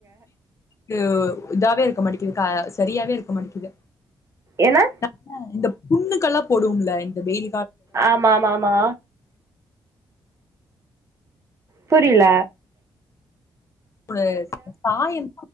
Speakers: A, on the left; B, on the right.
A: கு இதாவே இருக்க மாட்டிக்குது க சரியாவே இருக்க மாட்டிக்குது
B: ஏன்னா
A: ந இந்த புண்ணுக்கல்லா போடும்ல இந்த வெயி
B: ஆமா ஆமா ஆமா புரில
A: உ சாயன்